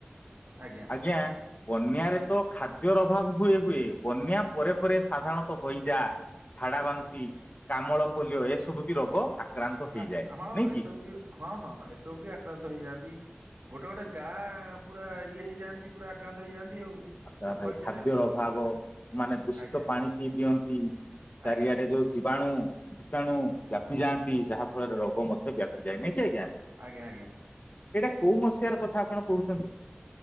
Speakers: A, on the right; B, on the left.
A: ଆଜ୍ଞା।
B: ଆଜ୍ଞା। ବନ୍ୟାରେ ତ ଖାଦ୍ୟର ଅଭାବ ହୁଏ ହୁଏ ବନ୍ୟା ପରେ ପରେ ସାଧାରଣତଃ ହଇଯା ଝାଡ଼ା ବାନ୍ତି, କାମଳ ପୋଲିଓ, ଏସବୁ ବି ରୋଗ ଆକ୍ରାନ୍ତ ହେଇଯାଏ
A: ଆସେ ହଁ
B: ନାଇଁ କି?
A: ଏସବୁ ବି ହଁ ହଁ ଏସବୁ ବି ଆକ୍ରାନ୍ତ ହେଇଯାଆନ୍ତି। ଗୋଟେ ଗୋଟେ ଗାଁ ପୁରା ଇଏ ହେଇଯାଆନ୍ତି ପୁରା ଆକ୍ରାନ୍ତ ହେଇଯାଆନ୍ତି ଆଉ।
B: <unintelligible>
A: ହଇଜାରେ
B: ଖାଦ୍ୟ
A: ଆଉ
B: ଅଭାବ ମାନେ ଦୂଷିତ
A: ଆଜ୍ଞା
B: ପାଣି ପିଇ ଦିଅନ୍ତି। ଚାରିଆଡ଼େ
A: ଆଜ୍ଞା
B: ଯୋଉ ଜିବାଣୁ ଭୣତାଣୁ ବ୍ୟାପି ଯାଆନ୍ତି ଯାହା ଫଳରେ ରୋଗ ମଧ୍ୟ ବ୍ୟାପିଯାଏ ନାଇଁକି ଆଜ୍ଞା?
A: ଆଜ୍ଞା ଆଜ୍ଞା।
B: ଏଇଟା କୋଉ ମସିଆର କଥା ଆପଣ କହୁଚନ୍ତି?